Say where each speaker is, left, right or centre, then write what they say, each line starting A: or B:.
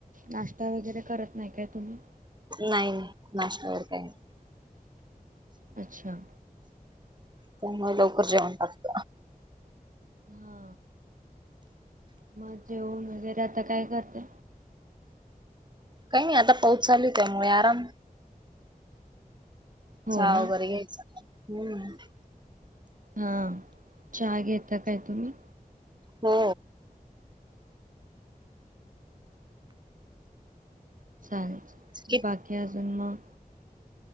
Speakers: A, on the right; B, on the right.
A: नाश्ता वगैरे करत नाही काय तुम्ही?
B: नाही नाही नाश्ता वगैरे काही नाही.
A: अच्छा!
B: त्यामुळे लवकर जेवण लागत.
A: हा मग जेऊन वगैरे आता काय करते?
B: काही नाही आता पाऊस चालूच आहेमुळे आराम.
A: हो
B: चहा
A: ना?
B: वगैरे घ्यायचा हम्म.
A: हा चचाहा घेता काय तुम्ही?
B: हो
A: चाले
B: कि
A: बाकी अजून मग.